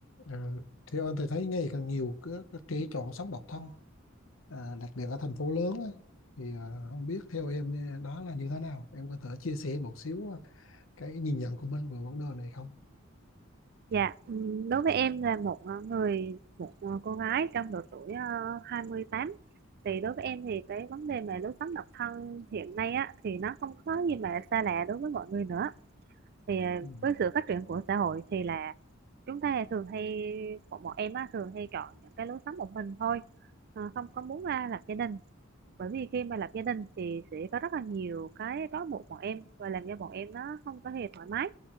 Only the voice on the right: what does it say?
Dạ, ừm, đối với em là một ờ, người một ờ, cô gái trong độ tuổi ờ, 28. thì đối với em thì cái vấn đề mà lối sống độc thân hiện nay á thì nó không có gì mà xa lạ đối với mọi người nữa. Thì ờ,
với sự phát triển của xã hội thì là chúng ta thường hay bọn bọn em á thường hay chọn những cái lối sống một mình thôi, Ờ, không có muốn ra lập gia đình. Bởi vì khi mà lập gia đình thì sẽ có rất là nhiều cái trói buộc bọn em và làm cho bọn em nó không có hề thoải mái